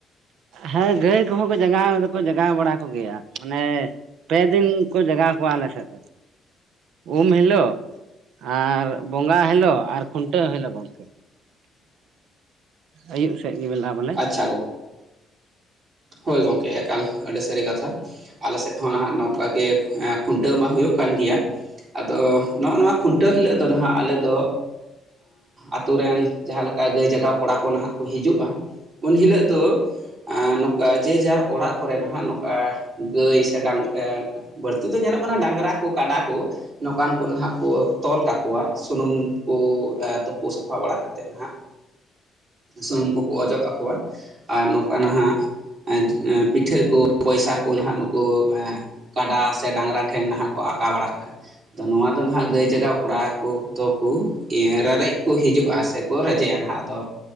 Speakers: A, on the right; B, on the right.
A: ᱦᱮᱸ ᱦᱮᱸ ᱜᱟᱹᱭ ᱠᱚᱦᱚᱸ ᱠᱚ ᱡᱟᱜᱟᱣ ᱫᱚᱠᱚ ᱡᱟᱜᱟᱣ ᱵᱟᱲᱟ ᱠᱚ ᱜᱮᱭᱟ ᱢᱟᱱᱮᱼᱼ ᱯᱮ ᱫᱤᱱ ᱠᱚ ᱡᱟᱜᱟᱣ ᱠᱚᱣᱟ ᱟᱞᱮ ᱥᱮᱫ ᱫᱚ᱾ ᱩᱢ ᱦᱤᱞᱳᱜ, ᱟᱨ ᱵᱚᱸᱜᱟ ᱦᱤᱞᱳᱜ, ᱟᱨ ᱠᱷᱩᱱᱴᱟᱹᱣ ᱦᱤᱞᱳᱜ ᱜᱚᱝᱠᱮ᱾
B: <inaudible>
A: ᱟᱭᱩᱵ ᱥᱮᱫ ᱜᱮ ᱵᱮᱞᱟ ᱵᱟᱱᱩᱼᱼ
B: ᱟᱪᱪᱷᱟ ᱜᱚᱝ, ᱦᱳᱭ ᱜᱚᱝᱠᱮ ᱮᱠᱟᱞ ᱟᱰᱤ ᱥᱟᱨᱤ ᱠᱟᱛᱷᱟᱼᱼ ᱟᱞᱮ ᱥᱮᱫ ᱦᱚᱸ ᱱᱟᱦᱟᱜ ᱱᱚᱝᱠᱟ ᱜᱮ ᱮᱸ ᱠᱷᱩᱱᱴᱟᱹᱣ ᱢᱟ ᱦᱩᱭᱩᱜ ᱠᱟᱱ ᱜᱮᱭᱟ᱾ ᱟᱫᱚ ᱱᱚᱜ ᱱᱚᱣᱟ ᱠᱷᱩᱱᱴᱟᱹᱣ ᱦᱤᱞᱳᱜ ᱫᱚ ᱱᱟᱦᱟᱜ ᱟᱞᱮ ᱫᱚᱼᱼ ᱟᱛᱩ ᱨᱮᱱ ᱡᱟᱦᱟᱸ ᱞᱮᱠᱟ ᱜᱟᱹᱭ ᱡᱟᱜᱟᱣ ᱠᱚᱲᱟ ᱠᱚ ᱱᱟᱦᱟᱜ ᱠᱚ ᱦᱤᱡᱩᱜᱼᱟᱼᱼ ᱩᱱ ᱦᱤᱞᱳᱜ ᱫᱚᱼᱼ ᱟᱸ ᱱᱚᱠᱟ ᱡᱮ ᱡᱟᱨ ᱚᱲᱟᱜ ᱠᱚᱨᱮ ᱱᱟᱦᱟᱜ ᱱᱚᱠᱟ ᱜᱟᱹᱭ ᱥᱮ ᱰᱟᱝᱨᱟᱼᱼ ᱵᱟᱲᱛᱤ ᱫᱚ ᱧᱮᱞᱚᱜ ᱠᱟᱱᱟ ᱰᱟᱸᱜᱽᱨᱟ ᱠᱚ ᱠᱟᱰᱟ ᱠᱚᱼᱼ ᱱᱚᱝᱠᱟᱱ ᱠᱚ ᱱᱟᱦᱟᱸᱜ ᱠᱚ ᱛᱚᱞ ᱠᱟᱠᱚᱣᱟ ᱥᱩᱱᱩᱢ ᱠᱚ ᱛᱩᱯᱩ ᱥᱟᱯᱷᱟ ᱵᱟᱲᱟ ᱠᱟᱛᱮᱫ ᱱᱟᱦᱟᱸᱜ ᱥᱩᱱᱩᱢ ᱠᱚᱠᱚ ᱚᱡᱚᱜ ᱟᱠᱚᱣᱟ, ᱟᱨ ᱱᱚᱝᱠᱟ ᱱᱟᱦᱟᱸᱜ ᱮᱸ ᱮᱸ ᱯᱤᱴᱷᱟᱹ ᱠᱚ ᱯᱚᱭᱥᱟ ᱠᱚ ᱱᱟᱦᱟᱸᱜ ᱱᱩᱠᱩ ᱠᱟᱰᱟ ᱥᱮ ᱰᱟᱝᱨᱟ ᱴᱷᱮᱱ ᱱᱟᱦᱟᱸᱜ ᱠᱚ ᱟᱠᱟ ᱵᱟᱲᱟ ᱠᱟᱜᱼᱟ᱾ ᱟᱫᱚ ᱱᱚᱣᱟ ᱫᱚ ᱱᱟᱦᱟᱸᱜ ᱜᱟᱹᱭ ᱡᱟᱜᱟᱣ ᱠᱚᱲᱟ ᱠᱚᱫᱚ ᱠᱚ ᱤᱭᱟᱹ ᱨᱮᱻᱨᱮᱡ ᱠᱚ ᱦᱤᱡᱩᱜᱼᱟ ᱥᱮᱠᱚ ᱨᱮᱡᱮᱭᱟ ᱱᱟᱦᱟᱸᱜ ᱟᱫᱚ